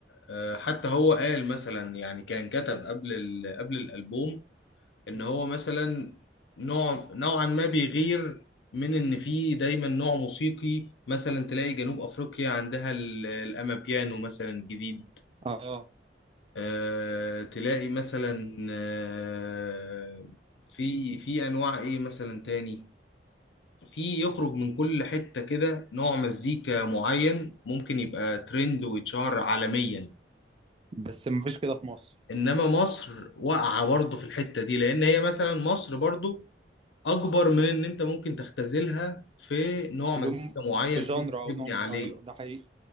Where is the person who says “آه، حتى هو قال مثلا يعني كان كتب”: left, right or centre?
Left